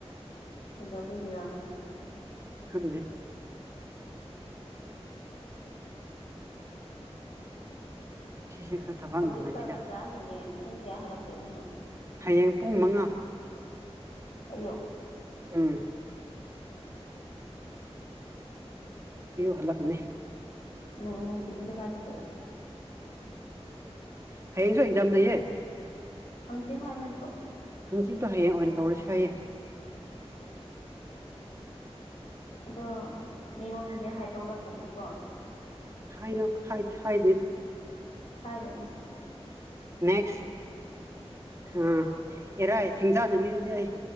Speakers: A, on the left; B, on the right.
A: ꯀꯩꯗꯧꯕꯒꯤꯔ꯫
B: ꯈꯪꯗꯦ꯫ <unintelligible>
A: ꯍꯧꯖꯤꯛ
B: ꯅꯨꯡꯉꯥꯏꯇꯦꯗ
A: ꯆꯠꯂꯒ ꯍꯌꯦꯡ ꯄꯨꯡ ꯀꯌꯥ ꯍꯜꯂꯛꯇꯣꯏꯕꯅꯣ꯫
B: ꯍꯌꯦꯡ ꯄꯨꯡ ꯃꯉꯥ꯫
A: ꯑꯌꯨꯛ꯫
B: ꯎꯝ꫰꫰ ꯑꯌꯨꯛ ꯍꯟꯂꯛꯀꯅꯤ꯫
A: ꯅꯨꯡꯊꯤꯟꯗꯗꯤ ꯀꯥꯏ ꯆꯠꯇꯣꯏꯕ꯫
B: ꯍꯌꯦꯡꯁꯨ ꯑꯦꯛꯖꯥꯝ ꯂꯩꯌꯦ꯫
A: ꯍꯪꯆꯤꯠ ꯍꯥꯏ ꯅꯠꯇ꯭ꯔꯣ꯫
B: ꯍꯪꯆꯤꯠꯇꯣ ꯍꯌꯦꯡ ꯑꯣꯏꯅ ꯇꯧꯔꯁꯦ ꯍꯥꯏꯌꯦ꯫
A: ꯑꯗꯣ ꯃꯤꯉꯣꯟꯗꯗꯤ ꯍꯥꯏꯗꯣꯔꯛꯀꯅꯨꯀꯣ꯫
B: ꯍꯥꯏꯔꯣ ꯍꯥꯏ ꯍꯥꯏꯗꯦꯗ꯫
A: ꯍꯥꯏꯔꯨꯅꯨ꯫
B: ꯅꯦꯛꯁ꯫ ꯑꯥ ꯏꯔꯥꯏ ꯊꯦꯡꯖꯥ ꯅꯨꯃꯤꯠꯗꯤ ꯑꯩ